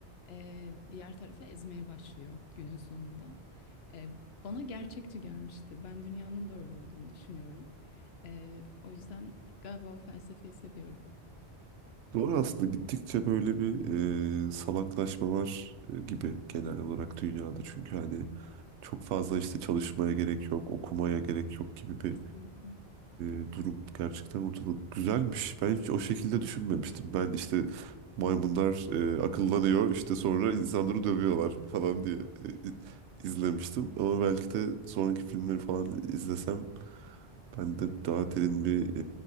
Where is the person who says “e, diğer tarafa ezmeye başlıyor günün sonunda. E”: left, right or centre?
Left